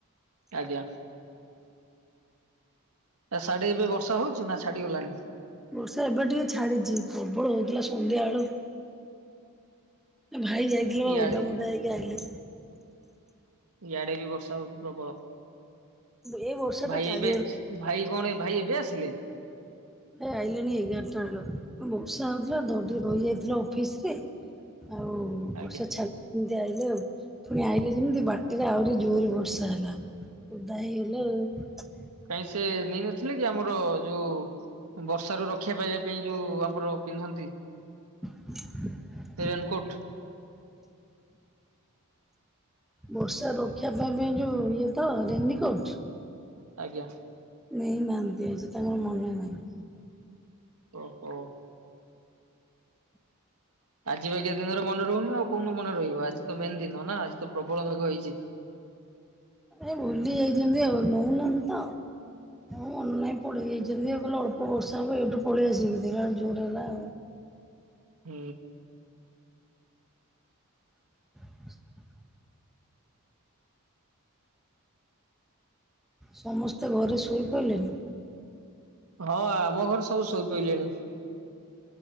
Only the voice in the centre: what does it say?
ବର୍ଷା ଏବେ ଟିକେ ଛାଡିଚି ପ୍ରବଳ ହଉଥିଲା ସନ୍ଧ୍ୟାବେଳୁ। ଭାଇ ଯାଇଥିଲ ବା
ଓଦା
ମୁଦା ହେଇକି ଆଇଲେ।
ଏଇ ବର୍ଷା
ଟା ଚାରିଆଡୁ
ଏ ଆଇଲେଣି ଏଗାରଟା ବେଳୁ ବର୍ଷା ହଉଥିଲା ତ ଟିକେ ରହିଯାଇଥିଲେ ଅଫିସ ରେ। ଆଉ
ବର୍ଷା ଛା ଏମତି ଆଇଲେ ଆଉ ପୁଣି ଆଇିଲ ଯେମିତି ବାଟରେ ଆହୁରି ଜୋର ବର୍ଷା ହେଲା। ଓଦା ହେଇଗଲେ ଆଉ।
<inaudible>
ବର୍ଷା ରୋକିବା ପାଇଁ ପାଇଁ ଯୋଉ ଇଏ ତ ରେନିକୋଟ?
ନେଇ ନାହାନ୍ତି ଆଜି ତାଙ୍କର ମନେ ନାହିଁ।
ଏ ଭୁଲି ଯାଇଛନ୍ତି ଆଉ, ନଉନାହାଁନ୍ତି ତ! ହଉ, ମନ ନାହିଁ ପଳେଇ ଯାଇଛନ୍ତି। ଆଉ କହିଲେ ଅଳ୍ପ ବର୍ଷା ହବ, ଏଇଠୁ ପଳେଇ ଆସିବି। ଦେଖିଲା ବେଳକୁ ଜୋର୍ ହେଲା-ଆ।
<inaudible> ସମସ୍ତେ ଘରେ ଶୋଇ ପଇଲେନି?